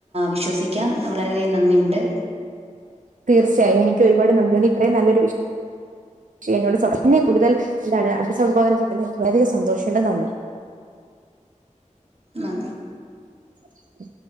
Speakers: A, on the right; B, on the right.
A: വിശ്വസിക്കാം. വളരെയധികം നന്ദിയുണ്ട്.
B: തീർച്ചയായും എനിക്ക് ഒരുപാട് നന്ദിയുണ്ട്. ഇത്രയും നല്ലൊരു വി <unintelligible> <unintelligible> കൂടുതൽ എന്താണ് അഭിസംബോധന ചെയ്തതിന് എനിക്ക് വളരെ അധികം സന്തോഷമുണ്ട്. നന്ദി.
A: അെ
B: ഉം